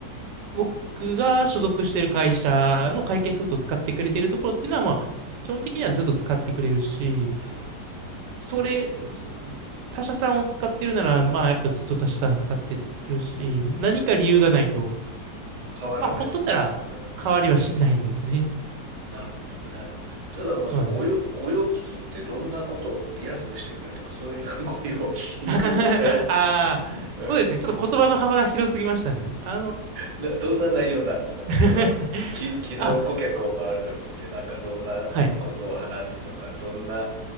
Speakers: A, on the right (about 85°); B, on the right (about 60°).
A: 僕が所属してる会社の会計ソフトを使ってくれてるところっていうのは、まあ、基本的にはずっと使ってくれるし、
B: うん。
A: それ、そ他社さんを使ってるなら、まあ、やっぱずっと他社さん使ってるし、何か理由がないと、
B: 変わらないですよね。
A: まあ、ほっとったら変わりはしないんですね。
B: うん。なるほどね。ただ、まあ、その御用、
A: そうなんです。
B: 御用聞きってどんなこと、安くしてくれとか、そういう <laughs> 御用聞きに行くのか
A: <laughs> ああ、
B: うん。
A: そうですね。ちょっと言葉の幅が広すぎましたね。あの
B: な、どんな内容なんですかその、
A: <laughs>
B: き、既存顧客を回るときって、
A: あ、
B: なんかどんなことを話すとか、
A: はい、
B: どんな、